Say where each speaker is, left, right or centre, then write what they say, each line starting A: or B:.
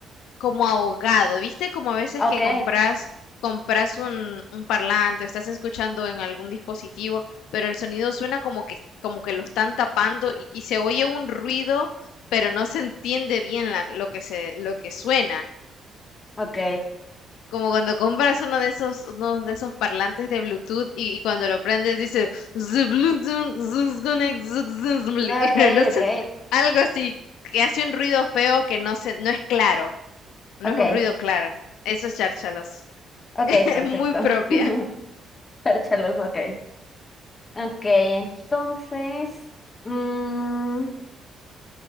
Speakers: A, on the left; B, on the left.
A: como ahogado, ¿viste? Como a veces
B: Ok,
A: que compras, compras un, un parlante, estás escuchando en algún dispositivo, pero el sonido suena como que, como que lo están tapando y, y se oye un ruido, pero no se entiende bien la- lo que se, lo que suena.
B: ok,
A: Como cuando compras uno de esos, uno de esos parlantes de Bluetooth y, y cuando lo prendes dice "The Bluetooth is connect successfully". <laughs>
B: ok,
A: No sé,
B: ok,
A: algo así que hace un ruido feo que no se, no es claro, no
B: ok,
A: es un ruido claro. Eso es chárchalos.
B: ok,
A: <laughs>
B: perfecto.
A: Es muy propia.
B: <laughs> Charchaloso, ok. Ok, entonces, mm,